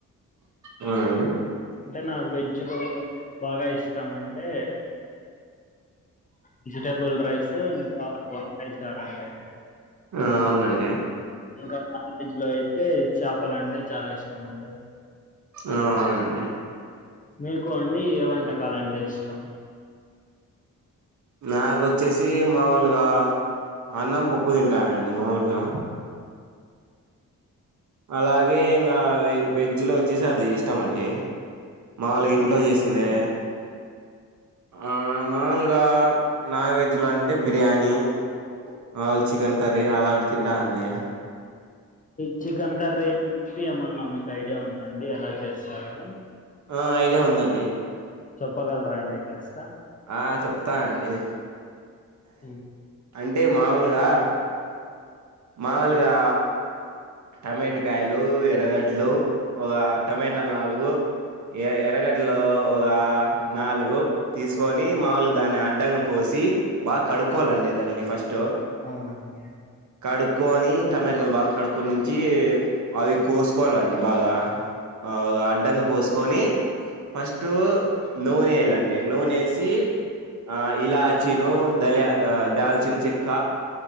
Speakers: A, on the right (about 55°); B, on the left (about 25°).
A: అవునా అండి
B: అంటే నాకు వెజ్ లో బాగా ఇష్టం అంటే వెజిటబుల్ రైస్ ఇంకా వంకాయ చారండి
A: ఆ అవునండి
B: ఇంకా నాన్ వేజ్ లో అయితే చేపలు అంటే చాలా ఇష్టం అండి
A: ఆ అవునండి
B: మీకు అండి ఏ వంటకాల అంటే ఇష్టం
A: నాకు వచ్చేసి మాముూలుగా అన్నం పప్పు తింటా నండి మాముూలుగా అలాగే ఇంగ వెజ్ లో వచ్చేసి అది ఇష్టం అండి మాములుగా
B: నాన్
A: ఇంట్లో
B: వెజ్
A: చేసిందే
B: లో అండి
A: ఆ మాముూలుగా నాన్ వెజ్లో అంటే బిర్యానీ మాములు చికెన్ కర్రీ అలాంటి తింటా అండి
B: చికెన్ కర్రీ ఏమన్నా మీకు ఐడియా ఉందండి ఎలా చేస్తారని
A: ఆ ఐడియా ఉందండి
B: చెప్పగలరా అండి కాస్త
A: ఆ చెప్తానండి
B: ఉమ్,
A: అంటే మామూలుగా మామూలుగా టమాటకాయలు ఎర్రగడ్లు ఒక టమాటాలు నాలుగు ఎ ఎరగడ్లో ఒక నాలుగు తీసుకొని మాములు దాన్ని అడ్డంగా కోసి బాగా కడుక్కొవాలండి దానిని ఫస్ట్
B: అవునండి
A: కడుక్కొని టమాటకాయలు బాగా కడు ప్పుడు నుంచి అవి కోసుకోవాలండి బాగా ఆవ్గా అడ్డంగా కోస్కొని ఫస్ట్ నూనె వేయాలండి నూనె వేసి ఆ ఇలాచిను దళియ దాల్చిన్ చెక్క